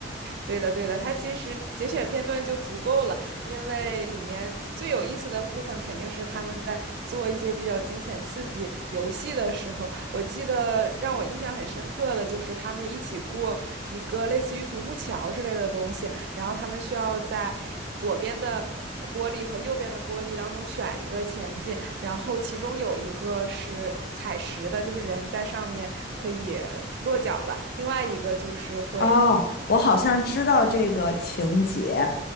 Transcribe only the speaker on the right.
对的，对的，它其实节选片段就足够了，因为里面最有意思的部分肯定是他们在做一些比较惊险刺激游戏的时候。我记得让我印象很深刻的就是他们一起过一个类似于独木桥之类的东西，然后他们需要在左边的呃玻璃和右边的玻璃当中选一个前进，然后其中有一个是踩实的，就是人在上面可以落脚的，另外一个就是会。